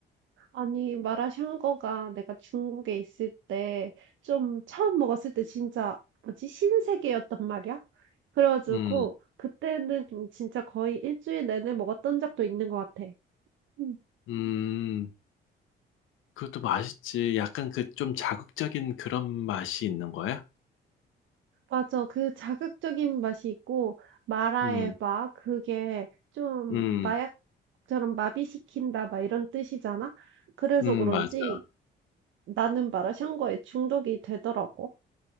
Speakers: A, on the right; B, on the left.
A: 아니, 마라샹궈가 내가 중국에 있을 때, 좀 처음 먹었을 때 진짜, 뭐지, 신세계였단 말이야? 그래가지고,
B: 음,
A: 그때는 좀 진짜 거의 일주일 내내 먹었던 적도 있는 것 같아. 음.
B: 음, 그것도 맛있지. 약간 그 좀 자극적인 그런 맛이 있는 거야?
A: 맞아. 그 자극적인 맛이 있고, 마라의
B: 음,
A: 마 그게 좀
B: 음,
A: 마약처럼 마비시킨다, 막 이런 뜻이잖아? 그래서
B: 음,
A: 그런지
B: 맞아.
A: 나는 마라샹궈에 중독이 되더라고.